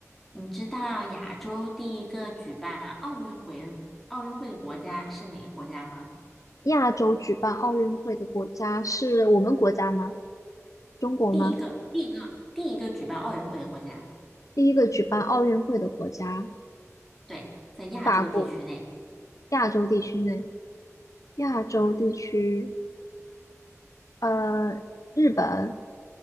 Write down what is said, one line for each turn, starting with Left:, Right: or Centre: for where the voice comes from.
Centre: 你知道亚洲第一个举办奥运会的奥运会的国家是哪个国家吗？
Left: 亚洲举办奥运会的国家是我们国家吗？中国吗？
Centre: 第一个，第一个，第一个举办奥运会的国家，
Left: 第一个举办奥运会的国家，
Centre: 对，在亚洲地区内，
Left: 法国，亚洲地区内，亚洲地区，呃，日本。